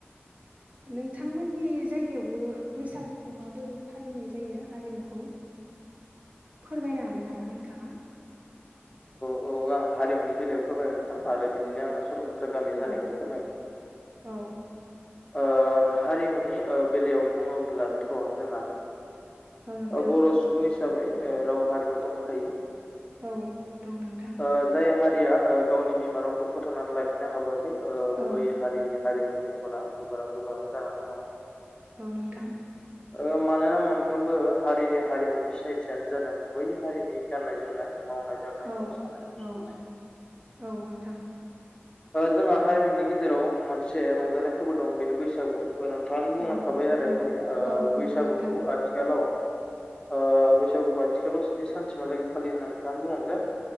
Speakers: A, on the right; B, on the left.
A: नोंथांमोननि जायगायावबो बैसागोखौ माबोरै फालिनाय जायो हारिमुखौ?
B: <unintelligible>
A: फोरमायनो हागोन नामा नोंथाङा?
B: औ आं हारिमुनि बेलायाव फोरमायगोन नोंथां आरो बिदिनो आङो <unintelligible> गामि जानायखौ
A: औ
B: फोरमाय
A: औ
B: ओ हारिमुनि ओ बेलायाव बुङोब्लाथ' जोंहा
A: औ नोंथां
B: ओ बर' सुबुं हिसाबै ओ राव हारिमु दंखायो।
A: औ दं नोंथां।
B: ओ जाय हारिया ओ गावनि बिमा रावखौ फोथांनानै लाखिनो हाबोआखै ओ
A: औ
B: बै हारिनि हारिमुनि मुं फोरा गोमोरहां गोमोरहां जानानै दङ।
A: औ नोंथां
B: ओ मानोना मोनफ्रोमबो हारिनि हारिमुनि सिनायथियानो जादों बै हारिनि गाननाय जोमनाय मावनाय दांनाय
A: औ
B: मोसानाय मुसुरनाय
A: औ औ नोंथां
B: जोंहा हारिमुनि गेजेराव मोनसे रंजानाय फोरबो दं बेनो बैसागु नोंथाङानो बुंलांखाबाय
A: उम नंगौ
B: आरो दहायनो ओ
A: औ नंगौ
B: बैसागुखौ
A: नोंथां
B: आथिखालाव ओ बैसागुखौ आथिखालाव स्नि सानसिमहालागै फालियो होनना नोंथाङा बुंलांदों